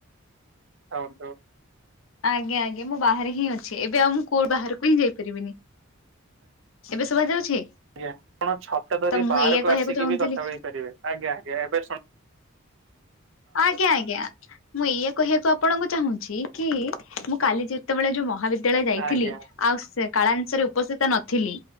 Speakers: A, on the right; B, on the left.
A: ହଉନ୍ତୁ।
B: ଆଜ୍ଞା ଆଜ୍ଞା ମୁଁ ବାହାରେ ହିଁ ଅଛି ଏବେ ଆଉ ମୁଁ କୋଉ ବାହାରକୁ ହିଁ ଯାଇପାରିବିନି। ଏବେ ଶୁଭା ଯାଉଛି?
A: ଆଜ୍ଞା ଆପଣ ଛତା ଧରି
B: ତ ମୁଁ
A: ବାହାରକୁ
B: ଏଇଆ କହିବାକୁ
A: ଆସିକି
B: ଚାହୁଁଥିଲି
A: ବି କଥା କହିପାରିବେ ଆଜ୍ଞା ଆଜ୍ଞା ଏବେ ଶୁଣ
B: ଆଜ୍ଞା ଆଜ୍ଞା। ମୁଁ ଏୟା କହିବାକୁ ଆପଣଙ୍କୁ ଚାହୁଁଛି କି ମୁଁ କାଲି ଯେତେବେଳେ ଯୋଉ ମହାବିଦ୍ୟାଳୟ ଯାଇଥିଲି
A: ଆଜ୍ଞା
B: ଆଉ ସେ କାଳାଂସରେ ଉପସ୍ଥିତ ନଥିଲି